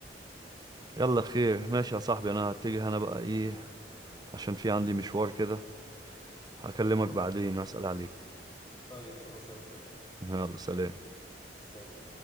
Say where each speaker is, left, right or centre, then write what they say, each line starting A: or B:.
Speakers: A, on the right; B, on the left.
A: يلا خير ماشي يا صاحبي انا هتجه انا بقى ايه عشان في عندي مشوار كده هكلمك بعدين اسال عليك
B: طيب خلاص هستناك
A: يلا سلام
B: سلام